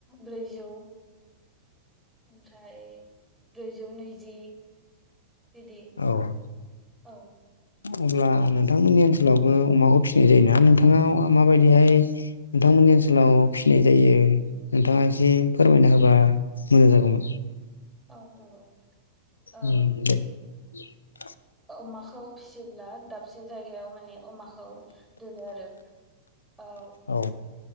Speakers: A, in the centre; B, on the left.
A: ब्रैजौ ओमफ्राय ब्रैजौ नैजि बिदि
B: औ
A: औ
B: अब्ला नोंथांमोननि ओनसोलावबो अमाखौ फिसिनाय जायो ना नोंथाङाव माबायदिहाय नोंथां मोननि ओनसोलाव फिसिनाय जायो नोंथाङा एसे फोरमायना होबा मोजां जागौमोन
A: औ नोंगौ औ
B: उम <inaudible>
A: अमाखौ फिसिब्ला दाबसे जायगायाव माने अमाखौ दोनो आरो औ
B: औ